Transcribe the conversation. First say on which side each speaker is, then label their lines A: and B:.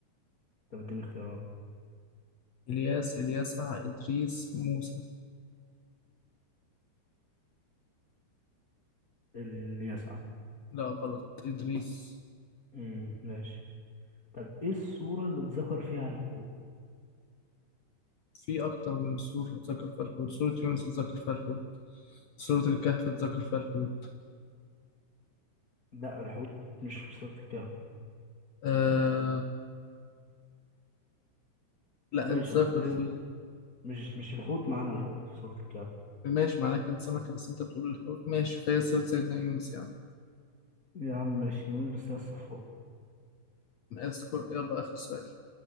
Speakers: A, on the left; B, on the left.
A: طب اديني اختيارات
B: إلياس إلياسع إدريس موسى
A: اللي يسعى
B: لا غلط إدريس
A: امم ماشي طب ايه الصورة اللي اتذكر فيها الحوت
B: في أكتر من سورة اتذكر فيها الحوت سورة يونس اتذكر فيها الحوت سورة الكهف اتذكر فيها الحوت
A: لا الحوت مش في سورة الكهف
B: آه لا
A: ماشي
B: اتذكر
A: بس هي-
B: فيه
A: مش مش الحوت معانا الحوت في سورة الكهف
B: ماشي معناه كان سمكة بس انت بتقول الحوت ماشي فهي سيرة سيدنا يونس يعني
A: يا عم ماشي يونس بس هي الصفار
B: اذكر يلا آخر سؤال